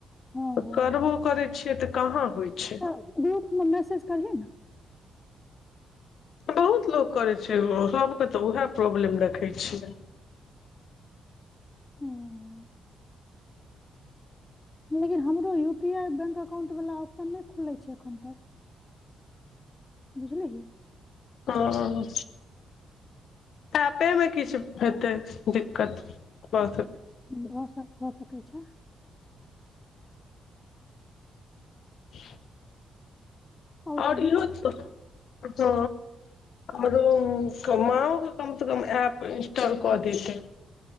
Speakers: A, on the left (about 20°); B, on the left (about 70°).
A: हँ
B: तऽ
A: हँ
B: करबो करै छियै तऽ कहाँ होइ छै
A: तऽ ग्रुपमे मैसेज करियौ न
B: बहुत लोक करै छै सभके तऽ उएह प्रॉब्लम देखै छियै
A: हँ लेकिन हमरो U P I bank account वला ऑप्शन नहि खुलै छै एखन तक बुझलिही
B: ओ एपे मे किछु हेतै दिक्कत ब
A: भऽ स भऽ सकै छैय।
B: <inaudible>
A: आओर
B: ओर
A: कही
B: ईहो त तो आरो कमाओ के कम से कम एप इंस्टॉल कऽ दीतै।